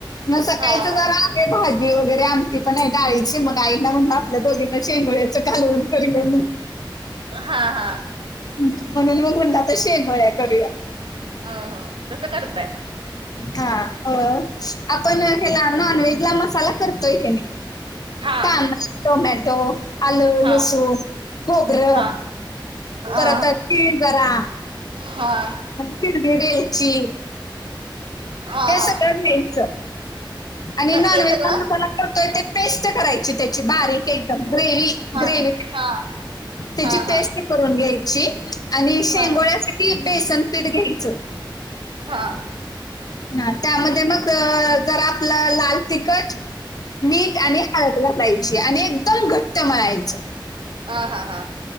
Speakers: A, on the left; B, on the right.
A: मग सकाळचं
B: हा हा
A: जरा भाजी वगैरे आमती पण आहे डाळीची मग आईना म्हणून आपल्या दोघींना शेंगोड्याचं कालून करअर
B: हा हा
A: म्हणून मग म्हणला त शेवया करूया
B: अ ह तसं करताय
A: हा अ आपण हला नॉन व्हेज ला मसाला करतोय क नाही
B: हा
A: का नातो म तो आलं
B: हा
A: लसूण खोगरं
B: हा हा
A: तर आता तीळ जरा
B: हा
A: फिरग द्यायची
B: हा
A: हे
B: हा
A: सगळं घ्यायचं
B: हा
A: आणि नॉन
B: ते
A: व्हेज
B: सगळं
A: ला मसाला करतोय ते पेस्ट करायची त्या बारीक एकदम ग्रे
B: हा
A: ग्रे
B: हा
A: त्याची
B: हा हा
A: पेस्ट करून घ्यायची आणि शेंगोळ्यासाठी
B: हा हा
A: बेसन पीठ घ्यायचं
B: हा.
A: हा त्यामध्ये मग जरा आपलं लाल तिखट, मीठ आणि हळद घायची आणि एकदम घट्ट मळायचं.
B: हा हा हा